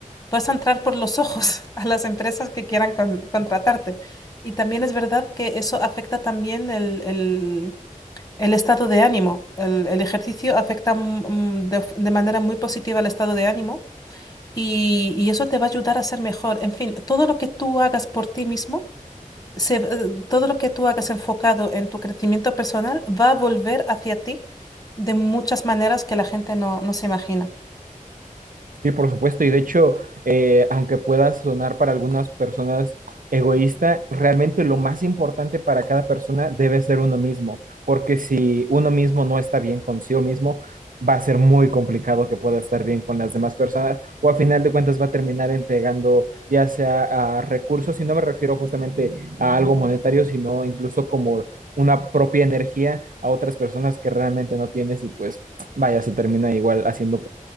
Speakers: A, on the left; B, on the right.
A: vas a entrar por los ojos <laughs> a las empresas que quieran con- contratarte. Y también es verdad que eso afecta también el, el- el estado de ánimo. El, ejercicio afecta mm, de manera muy positiva al estado de ánimo y, y eso te va a ayudar a ser mejor. En fin, todo lo que tú hagas por ti mismo, se- eh, todo lo que tú hagas enfocado en tu crecimiento personal va a volver hacia ti de muchas maneras que la gente no, no se imagina.
B: Sí, por supuesto. Y de hecho, eh, aunque pueda sonar para algunas personas egoísta, realmente lo más importante para cada persona debe ser uno mismo, porque si uno mismo no está bien consigo mismo, va a ser muy complicado que pueda estar bien con las demás personas o a final de cuentas va a terminar entregando ya sea a recursos, y no me refiero justamente a algo monetario, sino incluso como una propia energía a otras personas que realmente no tienes y pues vaya, se termina igual haciendo